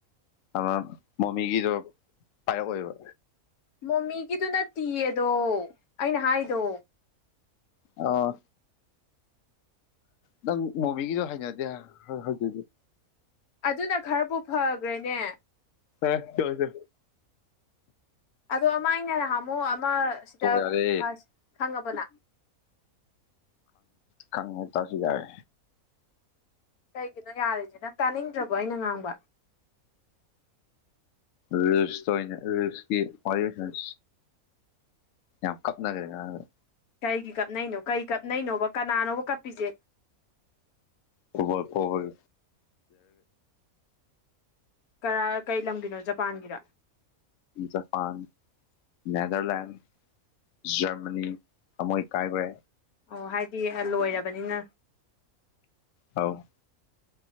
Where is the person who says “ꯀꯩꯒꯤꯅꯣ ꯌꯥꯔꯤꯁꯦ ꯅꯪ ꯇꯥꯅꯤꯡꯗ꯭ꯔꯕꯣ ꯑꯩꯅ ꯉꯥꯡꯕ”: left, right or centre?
Left